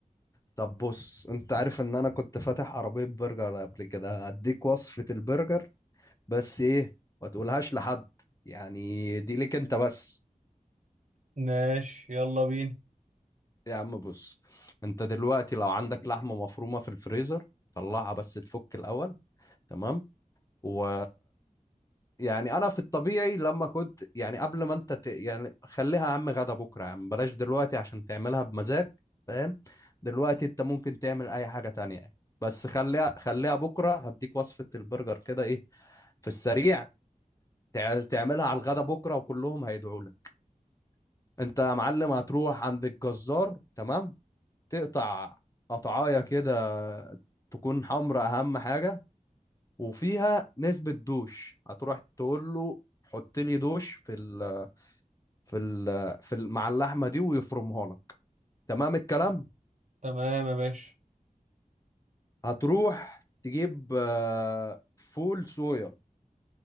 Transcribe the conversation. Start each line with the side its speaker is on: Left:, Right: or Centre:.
Left: طب بص أنت عارف إن أنا كنت فاتح عربية برجر قبل كده هديك وصفة البرجر بس إيه ما تقولهاش لحد يعني دي ليك أنت بس
Right: ماشي يلا بينا
Left: يا عم بص انت دلوقتي لو عندك لحمة مفرومة في الفريزر طلعها بس تفك الأول تمام و يعني انا في الطبيعي لما كنت يعني قبل ما انت ت... يعني خليها يا عم غدا بكرة يا عم بلاش دلوقتي عشان تعملها بمزاج فاهم دلوقتي انت ممكن تعمل اي حاجة تانية يعني. بس خليها خليها بكرة هديك وصفة البرجر كده ايه في السريع تع- تعملها على الغدا بكرة وكلهم هيدعوا لك انت يا معلم هتروح عند الجزار تمام تقطع قطعايه كده تكون حمرا اهم حاجه وفيها نسبه دوش هتروح تقول له حط لي دوش في ال في ال في ال مع اللحمه دي ويفرمها لك تمام الكلام
Right: تمام يا باشا
Left: هتروح تجيب آه، فول صويا